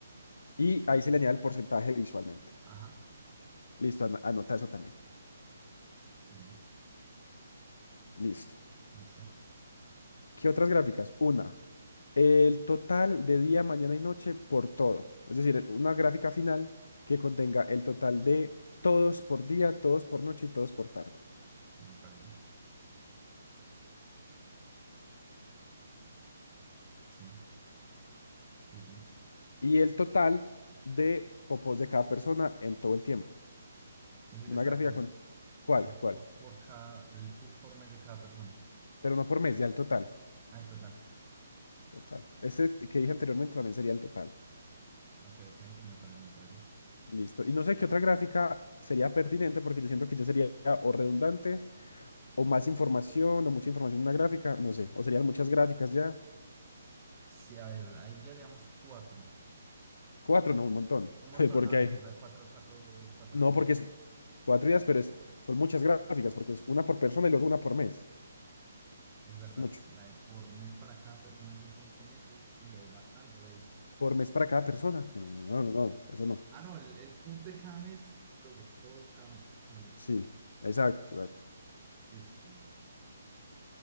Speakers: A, on the left; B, on the right.
A: Y ahí
B: ok,
A: se le añade el porcentaje visualmente.
B: ajá,
A: Listo, ana- anota eso también.
B: sí, sí,
A: Listo.
B: listo,
A: ¿Qué otras gráficas? Una. El total de día, mañana y noche por todo. Es decir, una gráfica final que contenga el total de todos por día, todos por noche y todos por tarde.
B: me parece, sí, sí, sí,
A: Y el total de popos de cada persona en todo el tiempo.
B: ese
A: Una
B: ya está,
A: gráfica
B: el,
A: con... ¿Cuál?
B: el
A: ¿Cuál?
B: PUB por cada, el PUB por mes de cada persona,
A: Pero no por mes, ya el total.
B: al total,
A: Total. Este que dije anteriormente también sería el total.
B: ok, ok, sí, me parece, me parece,
A: Listo. Y no sé qué otra gráfica sería pertinente porque yo siento que ya sería o redundante o más información o mucha información en una gráfica, no sé. O serían muchas gráficas ya.
B: sí, a ver, ahí ya llevamos cuatro,
A: Cuatro, no, un montón.
B: un
A: <laughs>
B: montón,
A: Porque
B: a ver,
A: hay.
B: o sea, cuatro, cuatro, cuatro
A: No,
B: ideas,
A: porque es cuatro días, pero es, son muchas gráficas, porque es una por persona y luego una por mes.
B: Es verdad,
A: Es mucho.
B: la de por mes para cada persona son cinco meses. Uy, hay bastantes ahí.
A: Por mes para cada persona. No, no, no, no, no, no, eso no.
B: Ah, no, el, el PUB de cada mes, pues de todos cada mes, más bien.
A: Sí, exacto, exacto.
B: Sí, sí, sí.